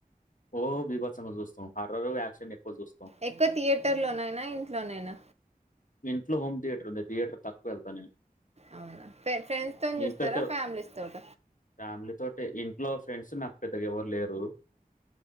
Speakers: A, on the left; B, on the right.
A: రోజు బిభత్సమ్ గా చూస్తాం హార్రర్, యాక్షన్ ఎక్కువ చూస్తాం.
B: ఎక్కువ థియేటర్ లోనైనా, ఇంట్లోనైనా
A: ఇంట్లో హోమ్ థియేటర్ ఉంది. థియేటర్ తక్కువ వెళ్తా నేను
B: అవునా ఫె ఫ్రెండ్స్ తో చూస్తారా,
A: ఇంట్లో అయితే
B: ఫ్యామిలీస్ తోట
A: ఫ్యామిలీ తోటే ఇంట్లో ఫ్రెండ్స్ నాకు పెద్దగా ఎవరు లేరు